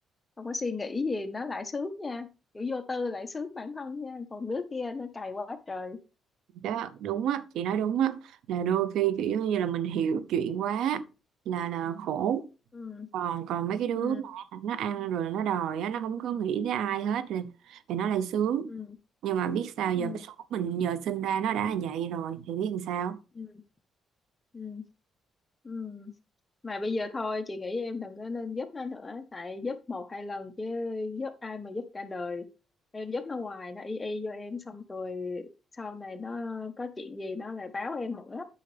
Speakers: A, on the left (about 20°); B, on the right (about 80°).
A: không có suy nghĩ gì nó lại sướng nha kiểu vô tư lại sướng bản thân nha còn đứa kia nó cày quá trời
B: đó đúng á chị nói đúng á là đôi khi kiểu giống như là mình hiểu chuyện quá là là khổ
A: ừ
B: còn còn mấy cái đứa
A: ừ
B: mà nó ăn rồi nó đòi á nó không có nghĩ tới ai hết rồi thì nó lại sướng
A: ừ
B: nhưng mà biết sao
A: ừ
B: giờ cái số mình giờ sinh ra nó đã là vậy rồi thì biết làm sao
A: ừ ừ ừ mà bây giờ thôi chị nghĩ em đừng có nên giúp nó nữa tại giúp một hai lần chứ giúp ai mà giúp cả đời em giúp nó hoài nó y y vô em xong rồi sau này nó có chuyện gì nó lại báo em nữa